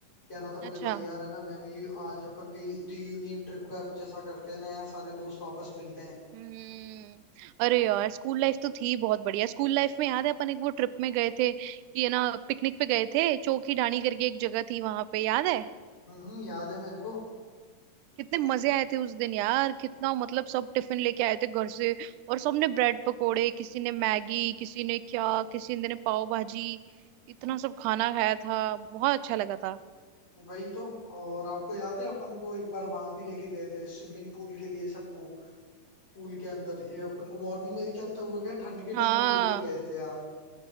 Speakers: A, on the left (about 20°); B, on the right (about 85°).
A: कह रहा था बोले
B: अच्छा
A: भाई यार है ना मैं भी आज अपन कहीं रियूनियन ट्रिप का कुछ ऐसा करते हैं ना यार सारे दोस्त वापस मिलते हैं
B: हम्म अरे यार स्कूल लाइफ तो थी बहुत बढ़िया स्कूल लाइफ में याद है अपन एक वो ट्रिप में गए थे कि है ना पिकनिक पे गए थे चोखी ढाणी करके एक जगह थी वहां पे याद है
A: हम्म हम्म, याद है मेरे को
B: कितने मजे आए थे उस दिन यार कितना मतलब सब टिफिन लेके आए थे घर से और सबने ब्रेड पकोड़े किसी ने मैगी किसी ने क्या किसी ने पाव भाजी इतना सब खाना खाया था बहुत अच्छा लगा था
A: वही तो और आपको याद है अपन को एक बार वहां भी लेके गए थे स्विमिंग पूल के लिए सबको पूल के अंदर ये अपन को मॉर्निंग में क्या तो वो क्या ठंड के
B: हाँ
A: टाइम में लेके गए थे यार